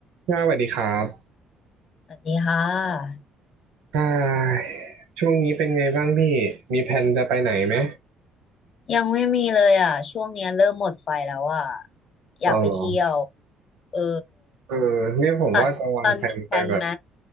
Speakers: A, on the right (about 85°); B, on the left (about 40°).
A: ค่ะสวัสดีครับ
B: สวัสดีค่ะ
A: อ่าช่วงนี้เป็นไงบ้างพี่ มีแผนจะไปไหนไหม
B: ยังไม่มีเลยอ่ะช่วงเนี้ยเริ่มหมดไฟแล้วอ่ะอยากไปเที่ยว
A: เอาเหรอ
B: เออ
A: เออเนี่ยผมว่าจะวางแผนไปแบบ
B: ตัดซันมีแพลนไหม